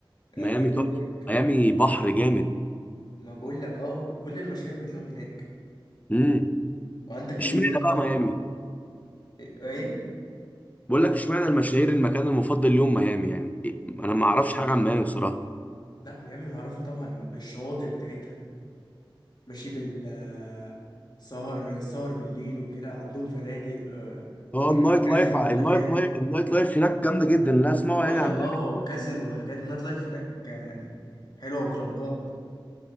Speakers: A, on the left; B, on the left.
A: آه
B: ميامي
A: نيويورك
B: تحفة ميامي بحر جامد
A: ما بقول لك اه وكل المشاهير بتلاقيهم هناك
B: امم
A: وعندك
B: اشمعنى
A: نيويورك
B: بقى
A: طبعا
B: ميامي
A: ايه إيه؟
B: بقول لك اشمعنى المشاهير المكان المفضل ليهم ميامي يعني إيه؟ انا ما اعرفش حاجة عن ميامي بصراحة
A: لا ميامي معروفه طبعا بالشواطئ بتاعتها ماشي بال آه، سهر سهر بالليل وكده عندهم فنادق آه، وك-
B: هو النايت
A: وكازينو
B: لايف النايت
A: وحاجات
B: لايف النايت لايف هناك جامده جدا لا اسمعوا
A: بقول
B: يعني عن
A: لك
B: ميامي
A: اه وكازينو وحاجات نايت لايف هناك يعني حلوه وكلوبات